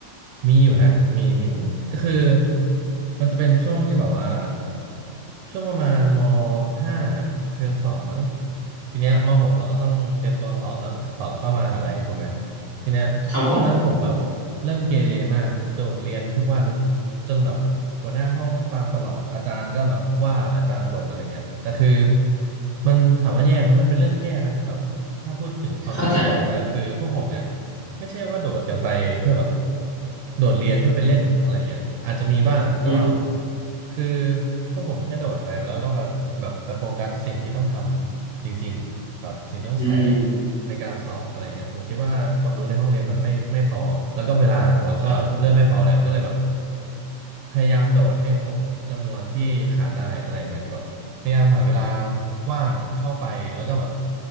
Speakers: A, on the right; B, on the left.
A: มีอยู่นะมีมีมีก็คือมันจะเป็นช่วงที่แบบว่าช่วงประมาณมห้าเทอมสองมั้งทีเนี้ยมหกเราก็ต้องเตรียมตัวสอบเนาะสอบเข้ามหาอะไรถูกไหมทีเนี้ยช่วงนั้นผมแบบเริ่มเกเรมากโดดเรียนทุกวัน
B: ๆครับผม
A: จนแบบหัวหน้าห้องต้องตามตลอดอาจารย์ก็แบบว่าอาจารย์บ่นอะไรเงี้ยแต่คือมันถามว่าแย่ไหมมันเป็นเรื่องที่แย่นะแบบ ถ้าพูดถึงความเป็นจริงแล้วแต่คือพวกผมเนี่ย
B: เข้าใจครับ
A: ไม่ใช่ว่าโดดกันไปเพื่อแบบโดดเรียนเพื่อไปเล่นอะไรเงี้ยอาจจะมีบ้างแต่ว่าแบบ
B: อืม
A: คือพวกผมแค่โดดไปแล้วก็แบบแบบไปโฟกัสสิ่งที่ต้องทำจริงๆแบบสิ่งต้องใช้
B: อืม
A: ในการสอบอะไรเงี้ยผมคิดว่าความรู้ในห้องเรียนมันไม่ไม่พอแล้วก็เวลาของเราก็เริ่มไม่พอแล้วก็เลยแบบ
B: ใช่
A: พยายามโดดให้ครบจำนวนที่ขาดได้อะไรเงี้ยแบบพยายามหาเวลาว่างเข้าไปแล้วก็แบบ